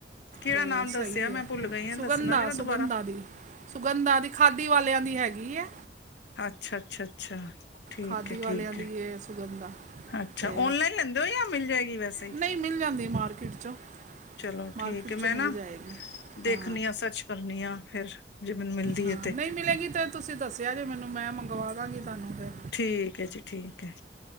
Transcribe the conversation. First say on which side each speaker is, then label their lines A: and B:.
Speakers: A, on the left (about 75°); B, on the right (about 40°).
A: ਕਿਹੜਾ
B: ਤੇ
A: ਨਾਮ ਦੱਸਿਆ
B: ਸਈ
A: ਮੈਂ
B: ਐ
A: ਭੁੱਲ ਗਈ ਹਾਂ
B: ਸੁਗੰਧਾ-ਸੁਗੰਧਾ
A: ਦੱਸਣਾ ਜਰਾ ਦੁਬਾਰਾ
B: ਦੀ। ਸੁਗੰਧਾਂ ਦੀ ਖਾਦੀ ਵਾਲੇਆਂ ਦੀ ਹੈਗੀ ਐ।
A: ਅੱਛਾ-ਅੱਛਾ-ਅੱਛਾ, ਠੀਕ
B: ਖਾਦੀ
A: ਐ-ਠੀਕ
B: ਵਾਲਿਆਂ ਦੀ
A: ਐ
B: ਇਹ ਸੁਗੰਧਾ
A: ਅੱਛਾ
B: ਤੇ
A: ਔਨਲਾਈਨ ਲੇਂਦੇ ਓ ਯਾ ਮਿਲ ਜਾਏਗੀ ਵੈਸੇ
B: ਨਹੀਂ ਮਿਲ ਜਾਂਦੀ ਏ ਮਾਰਕੀਟ ਚੋਂ।
A: ਚਲੋ
B: ਮਾਰਕੀਟ
A: ਠੀਕ ਏ ਮੈਂ
B: ਚੋਂ ਮਿਲ
A: ਨਾ
B: ਜਾਏਗੀ ਹਾਂ
A: ਦੇਖਣੀ ਆ ਸਰਚ ਕਰਨੀ ਆ ਫਿਰ। ਜੇ ਮੈਨੂੰ ਮਿਲਦੀ
B: ਹਾਂ
A: ਹੈ ਤੇ
B: ਨਈ ਮਿਲੇਗੀ ਤੇ ਤੁਸੀਂ ਦੱਸਿਆ ਜੇ ਮੈਨੂੰ ਮੈਂ ਮੰਗਵਾ ਦਾਂਗੀ ਤਾਨੂੰ ਫੇਰ।
A: ਠੀਕ ਏ ਜੀ, ਠੀਕ ਏ